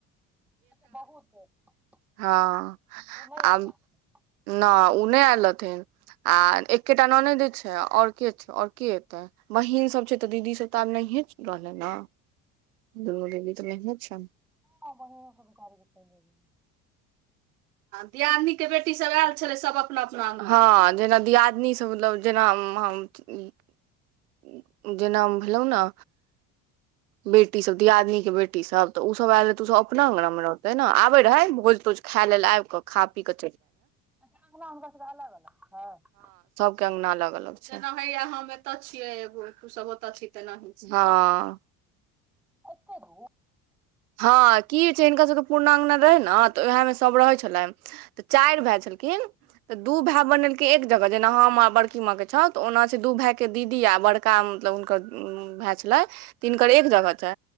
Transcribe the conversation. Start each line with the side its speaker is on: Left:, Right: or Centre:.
Centre: अच्छा बहुत
Right: हँ
Centre: नहि आयल
Right: आ न
Centre: रहथिन
Right: ओ नहि आयल रहथिन आ एकेटा ननेदै छै और के छै और के एेते बहीन सभ छै तऽ दीदी सब तऽ आब नहिए रहलै ने रो भी तऽ लैने छै ने
Centre: ह पने सकारी कते <inaudible>
Right: दियादिनीके बेटीसभ आयल छलै सभ अपना अपना हँ जेना दियादनीसभ मतलब जेना हुँ हम तुं जेना भेलहु ने बेटी सब दियादनीके बेटी सब तऽ ओसभ आयल रहे तऽ ओसभ अपना अङ्गना मे रहते ने आबे रहे भोज तोज खैलेल आब कऽ खा पी क
Centre: अच्छा अङ्गना हुनका सभके अलग अलग छै
Right: अङ्गना अलग अलग छिय जेना हम एतऽ छियै ब फू सब तऽ छीतऽ न हाँ <inaudible>
Centre: होतर
Right: हँ की छै हिनका सभके पूर्ण अङ्गना रहै ने तऽ उएहमे सभ रहैत छलनि तऽ चारि भए लेकिन त दु भैय बनेलकइ एक जेना हम बड़की माँ के छौथ ओना छै दू भायई के दीदी आ बड़का मतलब हुनकर भाय छल तिनकर एक जगह छै